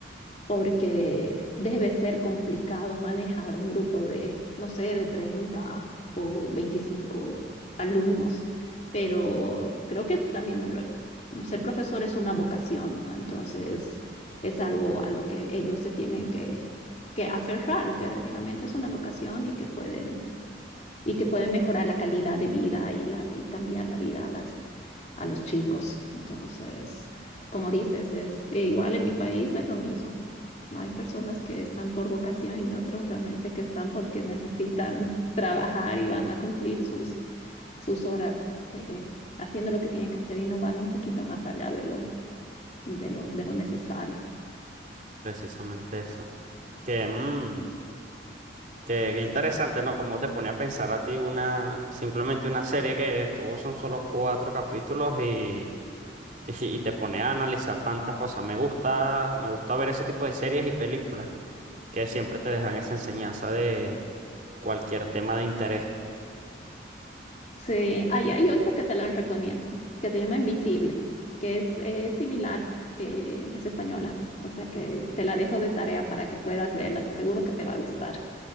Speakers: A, on the left; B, on the right.
A: porque debe ser complicado manejar un grupo de, no sé, de 30 o 25 alumnos, pero creo que también el- ser profesor es una vocación, ¿no? Entonces es algo a lo que ellos se tienen que, que aferrar, que realmente es una vocación y que pueden y que pueden mejorar la calidad de vida y, la, y cambiar la vida a, las, a los chicos. Entonces, como dices, es e igual en mi país es lo mismo. Hay personas que están por vocación y otros realmente que están porque necesitan <laughs> trabajar y van a cumplir sus, sus horas eh, eh, haciendo lo que tienen que hacer y no van un poquito más allá de lo, de lo, de lo necesario.
B: Precisamente eso. Que, mm, que, que interesante, ¿no? Como te pone a pensar a ti una, simplemente una serie que tuvo son solo cuatro capítulos y, y, y te pone a analizar tantas cosas. Me gusta, me gusta ver ese tipo de series y películas. que siempre te dejan esa enseñanza de cualquier tema de interés.
A: Sí, ahí hay otra que te la recomiendo, que se llama Invisible, que es eh, similar, eh, es española, o sea que te la dejo de tarea para que puedas verla, seguro que te va a gustar.